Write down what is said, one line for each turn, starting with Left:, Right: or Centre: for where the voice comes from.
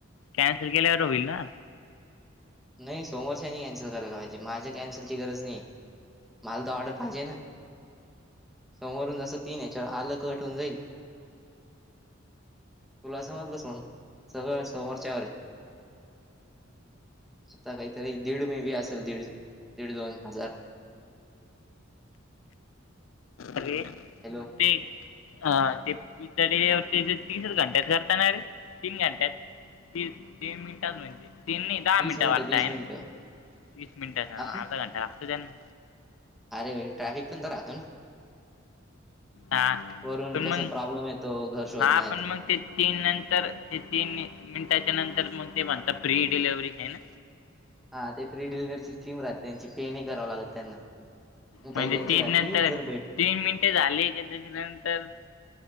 Left: कॅन्सल केल्यावर होईल ना
Centre: नाही सोमवार कॅन्सल करायला पाहिजे माझ्या कॅन्सलची गरज नाही मला तर ऑर्डर पाहिजे ना सवरून जसं तीन याच्यावर आलं कट होऊन जाईल तुला समजलंस मग सगळं समवरच्यावर आता काहीतरी दीड मे बी असेल दीड दीड दोन हजार
Left: अरे
Centre: हॅलो
Left: आटी हा ते पिझ्झा डिलेवर तीसच घंट्यात करतानाे तीन घंट्यात ती दीन मिनिटात माहिे तीन दहा
Centre: तीस
Left: मिनटं
Centre: मिनिटं
Left: वाटत
Centre: तीस
Left: आहेईन
Centre: मिनिटं
Left: वीस मिनटं
Centre: हा
Left: अर्धा घंटा लागत त्यांना
Centre: अरे ट्रॅफिक पण तर राहतो ना
Left: हा
Centre: वरून
Left: पण
Centre: कस
Left: मग
Centre: प्रॉब्लेम आहे तो घर शोधण्यात
Left: हा
Centre: आहेत
Left: पण मग ते तीन नंतर ते तीन मिनिटाच्या नंतर मग ते म्हणता फ्री डिलेव्हरी आहे ना.
Centre: हा ते फ्री डिलरची स्कीम राहते त्यांची पे नाही करावं लागत त्यांना आणि काही
Left: म्हणजे
Centre: काची
Left: तीन
Centre: राती
Left: नंतर
Centre: जर भेट
Left: तीन मिनटे झाली का त्याच्यानंतर